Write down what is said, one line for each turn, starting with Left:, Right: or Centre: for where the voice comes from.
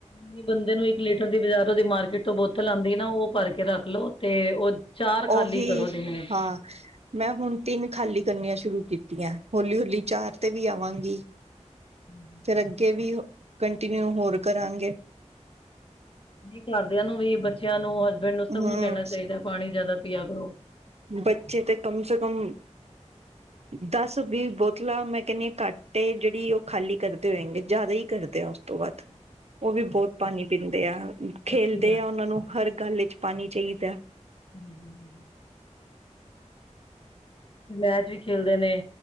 Left: ਨੀ ਬੰਦੇ ਨੂੰ ਇੱਕ ਲੀਟਰ ਦੀ ਬਾਜ਼ਾਰੋ ਦੀ ਮਾਰਕੀਟ ਤੋਂ ਬੋਤਲ ਆਉਂਦੀ ਨਾ ਉਹ ਭਰ ਕੇ ਰੱਖ ਲੋਓ। ਤੇ ਉਹ ਚਾਰ ਖਾਲੀ
Right: ਉਹੀ
Left: ਕਰੋ ਦਿਨ ਵਿੱਚ
Right: ਹਾਂ ਮੈਂ ਹੁਣ ਤਿੰਨ ਖਾਲੀ ਕਰਨੀਆਂ ਸ਼ੁਰੂ ਕੀਤੀਆਂ ਹੌਲੀ - ਹੌਲੀ ਚਾਰ ਤੇ ਵੀ ਆਵਾਂਗੀ
Left: ਹਮ।
Right: ਫਿਰ ਅੱਗੇ ਵੀ ਕੰਟੀਨਿਊ ਹੋਰ ਕਰਾਂਗੇ।
Left: ਨਹੀਂ ਘਰਦਿਆਂ ਨੂੰ ਵੀ ਬੱਚਿਆਂ ਨੂੰ ਹਸਬੈਂਡ ਨੂੰ ਸਭ
Right: ਹਮ
Left: ਨੂੰ ਕਹਿਣਾ ਚਾਹੀਦਾ ਪਾਣੀ ਜ਼ਿਆਦਾ ਪੀਆ ਕਰੋ
Right: ਬੱਚੇ ਤੇ ਕਮ ਸੇ ਕਮ ਦਸ, ਵੀਹ ਬੋਤਲਾਂ ਮੈਂ ਕਹਿੰਦੀ ਹਾਂ ਘੱਟ ਏ ਜਿਹੜੀ ਉਹ ਖਾਲੀ ਕਰਦੇ ਹੋਏਗੇ ਜ਼ਿਆਦਾ ਹੀ ਕਰਦੇ ਉਸ ਤੋਂ ਵਦ
Left: ਹਮ।
Right: ਉਹ ਵੀ ਬਹੁਤ ਪਾਣੀ ਪੀਂਦੇ ਆ ਖੇਲਦੇ
Left: ਅੱਛੀ ਗੱਲ
Right: ਆ ਉਹਨਾਂ ਨੂੰ ਹਰ ਗੱਲ ਵਿੱਚ ਪਾਣੀ ਚਾਹੀਦਾ।
Left: ਹਮ। ਮੈਚ ਵੀ ਖੇਲਦੇ ਨੇ